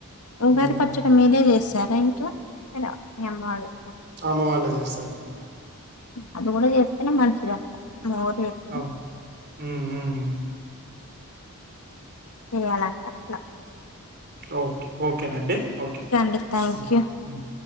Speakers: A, on the left; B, on the right.
A: ఉగాది
B: హ్మ్
A: పచ్చడి మీరే చేస్తా <unintelligible> ఎలా మీ అమ్మ వాళ్ళు చేస్
B: అమ్మ వాల్లే చేస్తారండి
A: అది కూడా చేస్తేనే మంచిదంట మోరు చేసి
B: అవు హ్మ్ మ్మ్
A: చేయాలంట అట్ల
B: ఓకే ఓ ఓకేనండి ఓకే
A: అండి థ్యాంక్
B: హ్మ్
A: యూ
B: మ్మ్